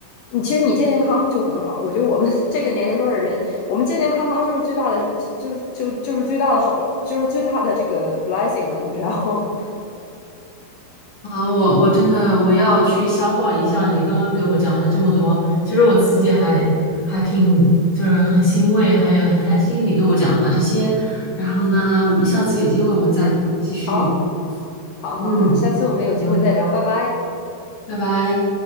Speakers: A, on the left (about 70°); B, on the left (about 40°).
A: 你其实你健健康康就很好了。我觉得我们这个年龄段的人，我们健健康康就是最大的，就就就就是最大的好，就是最大的这个 blessing 了，你知道吗？
B: 好，我我真的我要去消化一下你刚刚给我讲了这么多，其实我自己还还挺就是很欣慰，还有很开心你给我讲了这些。然后呢，我们下次有机会我们再继续。
A: <laughs> 好，好，
B: 嗯，
A: 好，好，下次我们有机会再聊，
B: 好。
A: 拜拜。
B: 拜拜。